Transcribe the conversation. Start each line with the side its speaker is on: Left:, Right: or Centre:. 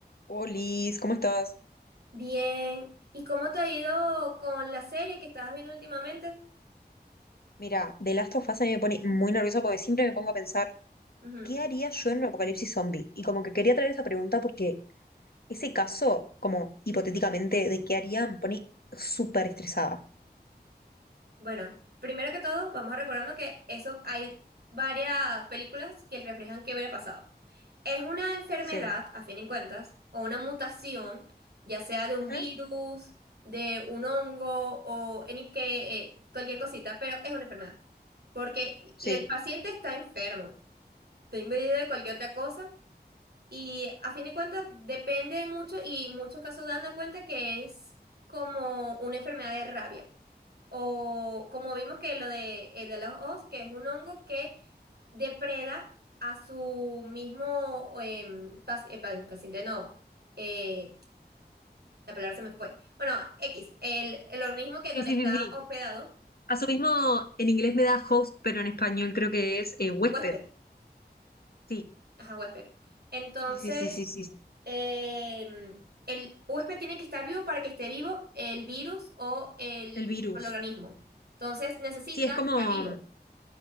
Left: Olis, ¿cómo estás?
Right: Bien. ¿Y cómo te ha ido con la serie que estabas viendo últimamente?
Left: Mira, The Last of Us a mí me pone muy nerviosa porque siempre me pongo a pensar,
Right: Ujú.
Left: ¿qué haría yo en un apocalipsis zombie? Y como que quería traer esa pregunta porque ese caso, como hipotéticamente, de qué haría, me pone súper estresada.
Right: Bueno, primero que todo, vamos recordando que eso hay varias películas que reflejan qué hubiera pasado. Es una enfermedad,
Left: Sí.
Right: a fin de cuentas, o una mutación, ya sea de un
Left: Ujú,
Right: virus, de un hongo o en que, eh, cualquier cosita, pero es una enfermedad. Porque
Left: Sí.
Right: el paciente está enfermo, está invadido de cualquier otra cosa Y a fin de cuentas depende mucho y muchos casos dan cuenta que es como una enfermedad de rabia. O como vimos que lo de, eh, de los os, que es un hongo que depreda a su mismo em, pas- eh, pa- paciente, no, eh, la palabra se me fue. Bueno, X, el, el organismo que donde
Left: Sí, sí,
Right: está
Left: sí, sí.
Right: hospedado,
Left: A su mismo, en inglés me da host, pero en español creo que es eh, huésped.
Right: huésped,
Left: Sí,
Right: ajá, huésped. Entonces...
Left: Sí, sí, sí, sí, sí. sí.
Right: eh, el huésped tiene que estar vivo para que esté vivo el virus o el,
Left: el virus.
Right: o el organismo. Entonces necesita
Left: Sí, es como,
Right: estar vivo.